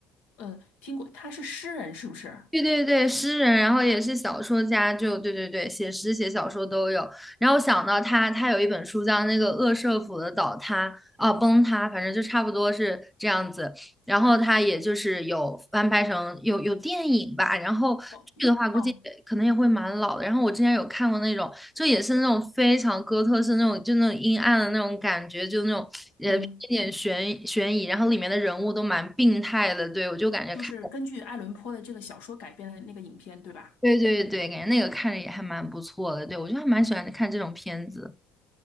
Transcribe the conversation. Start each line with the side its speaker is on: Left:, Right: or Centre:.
Left: 呃，听过，他是诗人是不是？
Centre: 对对对，诗人，然后也是小说家，就对对对，写诗写小说都有。然后我想到他，他有一本书叫那个《恶舍府的倒塌》啊，崩塌，反正就差不多是这样子。然后他也就是有翻拍成有有电影吧，然后剧的话估计也可能也会蛮老的。
Left: 哦，哦，
Centre: 然后我之前有看过那种，就也是那种非常哥特式那种，就那种阴暗的那种感觉，就那种呃偏一点悬悬疑，
Left: 嗯，
Centre: 然后里面的人物都蛮病态的，对我就感觉看。
Left: 就是根据爱伦坡的这个小说改编的那个影片，对吧？
Centre: 对对对，感觉那个看着也还蛮不错的。对，我就还蛮喜欢看这种片子。